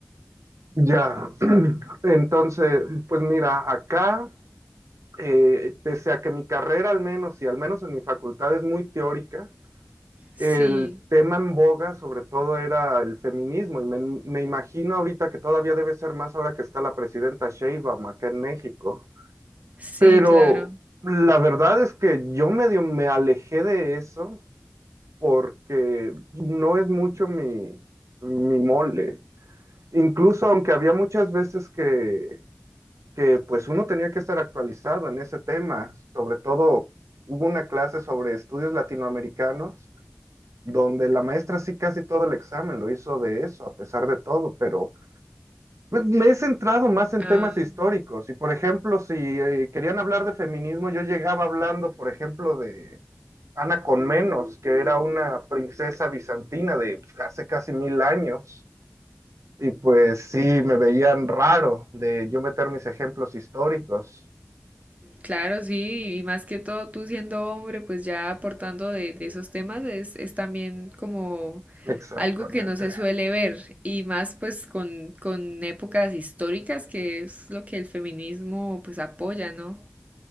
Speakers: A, on the right; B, on the right.
A: Ya, <clears throat> entonces, pues mira, acá, eh, pese a que mi carrera al menos, y al menos en mi facultad es muy teórica,
B: Sí,
A: El tema en boga sobre todo era el feminismo y me, me imagino ahorita que todavía debe ser más ahora que está la presidenta Sheinbaum acá en México.
B: sí,
A: Pero
B: claro.
A: la verdad es que yo medio me alejé de eso porque no es mucho mi, mi mole. Incluso aunque había muchas veces que, que pues uno tenía que estar actualizado en ese tema, sobre todo hubo una clase sobre estudios latinoamericanos donde la maestra sí casi todo el examen lo hizo de eso, a pesar de todo, pero pues, me he centrado más en
B: Ah,
A: temas históricos. Y por ejemplo, si eh, querían hablar de feminismo, yo llegaba hablando, por ejemplo, de Ana Conmenos, que era una princesa bizantina de hace casi mil años. Y pues sí, me veían raro de yo meter mis ejemplos históricos.
B: Claro, sí, y más que todo tú siendo hombre, pues ya aportando de, de esos temas es, es también como
A: Exactamente.
B: algo que no se suele ver, y más pues con, con épocas históricas, que es lo que el feminismo pues apoya, ¿no?